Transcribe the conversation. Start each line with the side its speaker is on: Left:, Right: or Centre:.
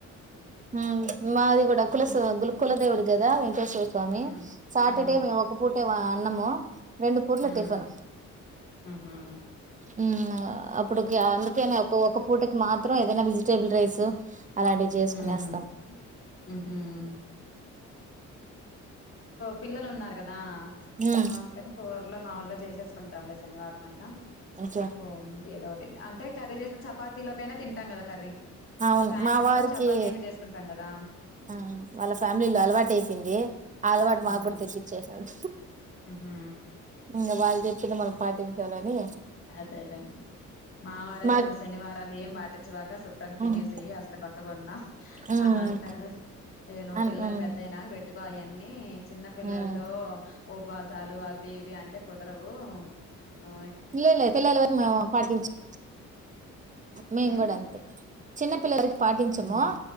Right: మ్ మాది కులస్ గులుకుల దేవుడ్కి కదా వెంకేశ్వర స్వామి
Left: ఉమ్
Right: సాటర్డే
Left: ఉమ్
Right: మే ఒక పుట్ కట్టేవా అన్నమ్ము రెండు పుట్లా
Left: ఉమ్
Right: టిఫను
Left: ఉహు
Right: ఆ అప్పుడుకి అందుకేనే ఒక ఒకక్క పూటకి మాత్రం ఏదైనా వెజిటేబుల్ రైస్ అలాంటివి చేసుకునేస్తాం.
Left: మ్ హ్మ్ పిలల్లు ఉన్నారు గద్ దా
Right: హ్మ్.
Left: మనం తిన కూర్లూ మాముల్గా చేసేస్తా కుంట ఉండే శనివార్ మైన
Right: ఓకే.
Left: ఓ ఏదోటి అంటే కర్రీ చేస్తే చపాతిలోకైనా తిన్ <unintelligible> కర్రీ
Right: అవును
Left: సాయంత్రము
Right: మా వారికి
Left: చపాతీ అయినా చేసుకుంటాం కదా
Right: ఆ వాళ్ళ ఫ్యామిలీలో అలవాటు అయ్పో ఇంది అలవాటు మాకు
Left: మ్మ్
Right: కూడా తెప్పించేసాడు
Left: మ్హూ
Right: ఇంకా వాళ్ళు చెప్ తిన్న మనం పాటింపాలని
Left: అదే డైమ్ మావారైతే
Right: మాక్
Left: నువు శనివారాలు ఏం వా వచ్చేదాక శుభ్రంగా తినేసేయి
Right: హ్మ్.
Left: అసలు ఒక్కగున్నా
Right: హ్మ్.
Left: అని అంటారు నేను
Right: అన్
Left: పిల్లలు
Right: హ్మ్.
Left: పెద్దయినాక పెట్టుకో అయన్నీ చిన్న పిల్లలతో
Right: హ్మ్.
Left: ఉపవాసాలు అవి ఇ అంటే కుదరవు ను
Right: పిల్లలే పిల్లల పెరిగి మనము పాటించాం మేము
Left: ఉమ్
Right: కూడా అంతే చిన్న పిల్లలకి పాటించము
Left: ఉమ్